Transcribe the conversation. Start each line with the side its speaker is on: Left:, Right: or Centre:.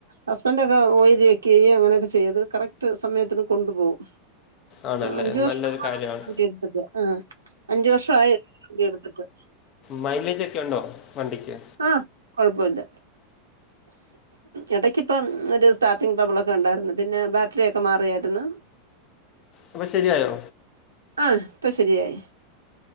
Right: ഹസ്ബൻഡ് ഒക്കെ ഓയില് ചെക്ക്ചെയ്യേം അങ്ങനെയൊക്കെ ചെയ്ത് കറക്റ്റ് സമയത്തിന് കൊണ്ടു പോകും.
Left: ആണല്ലേ
Right: അഞ്ച് വർഷായി
Left: നല്ലൊരു കാര്യമാണ്
Right: വണ്ടിഎടുത്തിട്ട് ആഹ് അഞ്ച് വർഷായി വണ്ടിഎടുത്തിട്ട്
Left: മൈലേജൊക്കെ ഉണ്ടോ വണ്ടിക്ക്.
Right: ആഹ് കൊഴപ്പോല്ല ഇടക്കിപ്പം ഒരു സ്റ്റാർട്ടിങ് ട്രബിളൊക്കെ ഉണ്ടായിരുന്നു പിന്നെ ബാറ്ററിയൊക്കെ മാറിയായിരുന്നു.
Left: അപ്പൊ ശരിയായോ?
Right: ആഹ് ഇപ്പൊ ശരിയായി.